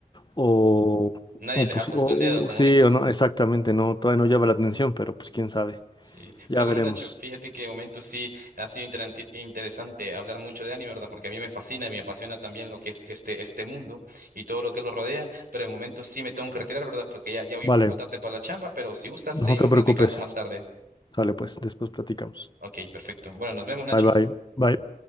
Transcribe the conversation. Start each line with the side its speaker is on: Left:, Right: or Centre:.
Left: o,
Right: Nadie
Left: o
Right: les
Left: pues
Right: ha puesto
Left: o,
Right: el dedo, como
Left: o- sí
Right: <laughs> dice.
Left: o no, exactamente, no, todavía no llama la atención, pero pues quién sabe.
Right: Sí,
Left: Ya
Right: pero bueno,
Left: veremos.
Right: Nacho, fíjate que de momento sí ha sido interanti- interesante hablar mucho de anime, ¿verdad? Porque a mí me fascina y me apasiona también lo que es este, este mundo y todo lo que lo rodea, pero de momento sí me tengo que retirar, ¿verdad? Porque ya, ya voy
Left: Vale.
Right: un poco tarde para la chamba, pero si gustas,
Left: No
Right: seguimos
Left: te preocupes.
Right: platicando más tarde.
Left: Sale pues, después platicamos.
Right: Ok, perfecto. Bueno, nos vemos, Nacho.
Left: Bye bye. Bye.